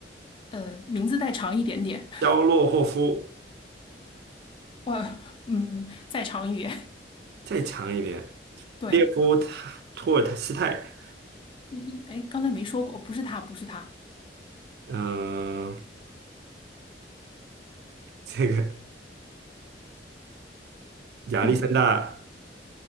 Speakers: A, on the left; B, on the right.
A: 呃，名字再长一点点。
B: 肖洛霍夫，
A: 我嗯，在场语
B: 再长一点，
A: 对，
B: 列夫塔托尔斯泰，
A: 你哎，刚才没说过，不是他，不是他，
B: 嗯、这个亚历山大
A: 嗯，